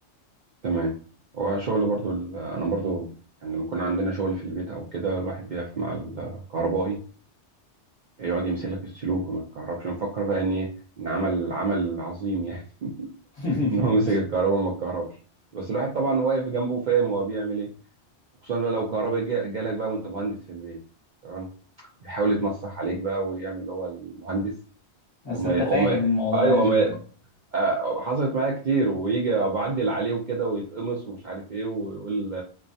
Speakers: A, on the right; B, on the left.
A: تمام هو شغل برضو ال- انا برضو يعني لما يكون عندنا شغل في البيت او كده الواحد بيقف مع الكهربائي يقعد يمسك لك السلوك وما يتكهربش مفكر بقى ان إيه؟ ان عمل عمل عظيم يعني
B: <laughs>
A: <laughs> ان هو مسك الكهرباء ما اتكهربش بس الواحد طبعا واقف جنبه وفاهم هو بيعمل ايه وخصوصا بقى لو كهرباء جا- جالك بقى وانت مهندس في البيت تمام بيحاول يتنصح عليك بقى ويعمل هو المهندس
B: بس
A: وما
B: انت فاهم
A: وما
B: الموضوع
A: ايوه
B: ماشي
A: ما
B: ازاي
A: آه، حصلت معايا كتير ويجي بعدل عليه وكده ويتقمص ومش عارف ايه ويقول